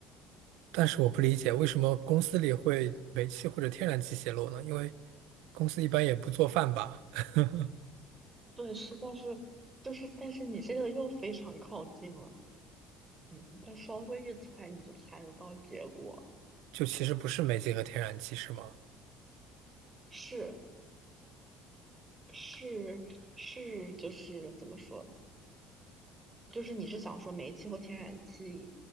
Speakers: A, on the right; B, on the right.
A: 但是我不理解为什么公司里会煤气或者天然气泄漏呢？因为公司一般也不做饭吧，<laughs>
B: 对是，但是就是，但是你这个又非常靠近了，你再稍微一猜，你就猜得到结果了。
A: 就其实不是煤气和天然气是吗？
B: 是是是，就是怎么说？就是你是想说煤气或天然气